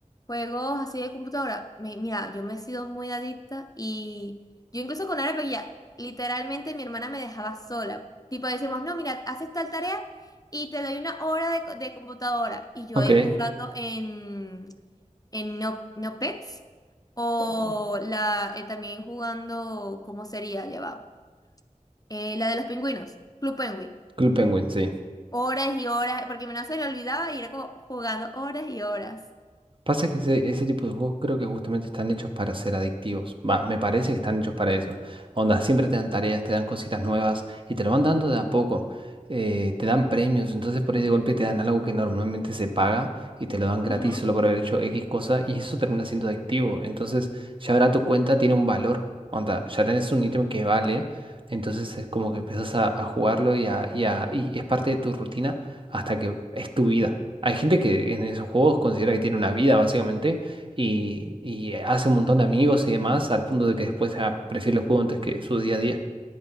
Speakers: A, on the left (about 30°); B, on the right (about 40°).
A: juegos así de computadora. Mi- Mira, yo me he sido muy adicta y yo incluso con Arepe ya, literalmente mi hermana me dejaba sola. Tipo, decimos, no, mira, haces tal tarea y te doy una hora de, co- de computadora y yo
B: Ok.
A: ahí jugando en, en No, No Pets o
B: Oh,
A: la, eh, también jugando, ¿cómo sería? Ya va. Eh, la de los pingüinos, Club Penguin.
B: Club Penguin, sí.
A: Horas y horas, porque mi no se le olvidaba y era como jugando horas y horas.
B: Pasa que ese, ese tipo de juegos creo que justamente están hechos para ser adictivos. Va, me parece
A: Mm.
B: que están hechos para eso. Onda, siempre te dan tareas, te dan cositas nuevas y te lo van dando de a poco. Eh, te dan premios, entonces por ahí de golpe te dan algo que normalmente se paga y te lo dan gratis
A: Ajá.
B: solo por haber hecho X cosa y eso termina siendo adictivo. Entonces ya ahora tu cuenta tiene un valor. Onda, ya tenés un ítem que vale. Entonces es como que empezás a, a jugarlo y, a- y a- y es parte de tu rutina hasta que es tu vida. Hay gente que en esos juegos considera que tiene una vida, básicamente, y, y hace un montón de amigos y demás, al punto de que después ah, prefiere el juego antes que su día a día.